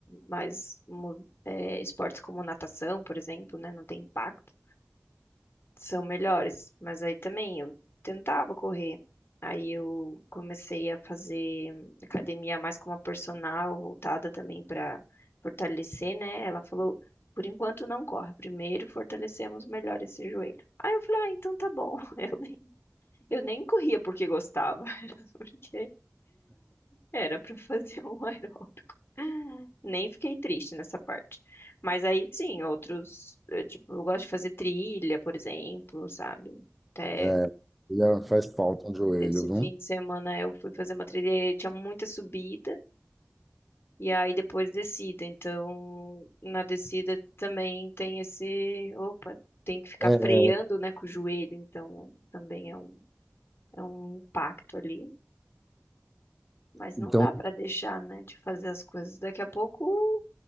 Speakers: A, on the left; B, in the centre.
A: mais mo- é, esportes como natação, por exemplo, né? Não tem impacto, são melhores. Mas aí também eu tentava correr. Aí eu comecei a fazer academia mais com uma personal, voltada também para fortalecer, né? Ela falou, por enquanto não corre, primeiro fortalecemos melhor esse joelho. Aí eu falei, ah, então tá bom. <laughs> Eu nem corria porque gostava, <laughs> era porque era pra fazer um aeróbico. Nem fiquei triste nessa parte. Mas aí sim, outros, eu, tipo, eu gosto de fazer trilha, por exemplo, sabe? Até
B: É, Já faz falta um joelho,
A: esse
B: viu?
A: fim de semana eu fui fazer uma trilha e tinha muita subida e aí depois descida. Então, na descida também tem esse, opa, tem que ficar
B: É,
A: freando, né, com o joelho, então também é um é um impacto ali. Mas
B: então,
A: não dá para deixar, né, de fazer as coisas. Daqui a pouco,